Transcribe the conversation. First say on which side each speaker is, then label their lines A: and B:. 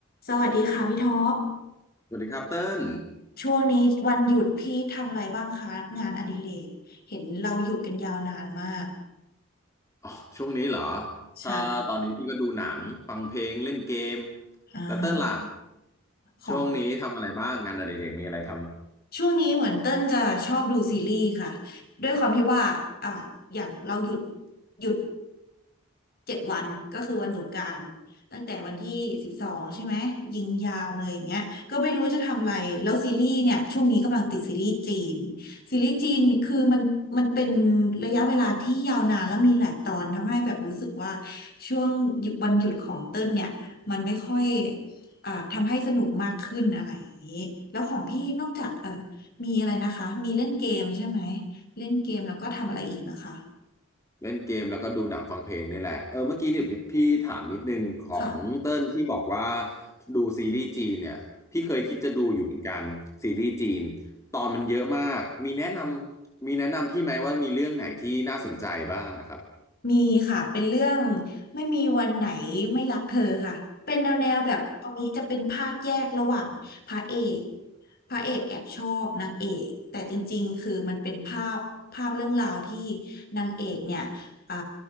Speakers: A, on the left; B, on the left.
A: สวัสดีค่ะพี่ท็อป
B: สวัสดีครับเติ้ล
A: ช่วงนี้วันหยุดพี่ทำอะไรบ้างคะงานอดิเรกเห็นเราหยุดกันยาวนานมาก
B: อ๋อช่วงนี้เหรอ
A: ใช่
B: ถ้าตอนนี้พี่ก็ดูหนังฟังเพลงเล่นเกม
A: อ่า
B: แล้วเติ้ลล่ะ
A: ของ
B: ช่วงนี้ทำอะไรบ้างงานอดิเรกมีอะไรทำ
A: ช่วงนี้เหมือนเต้นจะชอบดูซีรีส์ค่ะ ด้วยความที่ว่าอ่าอย่างเราหยุดหยุด เจ็ดวันก็คือวันสงกรานต์ตั้งแต่วันที่สิบสองใช่ไหมยิงยาวเลยอย่างเงี้ยก็ไม่รู้จะทำอะไรแล้วซีรีส์เนี่ยช่วงนี้กำลังติดซีรีส์จีนซีรีส์จีนคือมันมันเป็นระยะเวลาที่ยาวนานแล้วมีหลายตอนทำให้แบบรู้สึกว่าช่วงหยุดวันหยุดของเต้ลเนี่ยมันไม่ค่อยอ่าทำให้สนุกมากขึ้นอะไรอย่างนี้แล้วของพี่นอกจากเออมีอะไรนะคะมีเล่นเกมใช่ไหมเล่นเกมแล้วก็ทำอะไรอีกนะคะ
B: เล่นเกมแล้วก็ดูหนังฟังเพลงนี่แหละเออเมื่อกี้เนี่ยพี่ถามนิดนึงของเติ้ลที่บอกว่า
A: ค่ะ
B: ดูซีรีส์จีนเนี่ยพี่เคยคิดจะดูอยู่เหมือนกันซีรีส์จีนตอนมันเยอะมากมีแนะนำมีแนะนำพี่ไหมว่ามีเรื่องไหนที่น่าสนใจบ้างอะครับ
A: มีค่ะเป็นเรื่องไม่มีวันไหนไม่รักเธอค่ะเป็นแนวแนวแบบตันนี้จะเป็นภาคแยกระหว่างพระเอกพระเอกแอบชอบนางเอกแต่จริงๆคือมันเป็นภาพภาพเรื่องราวที่นางเอกเนี่ยอ่า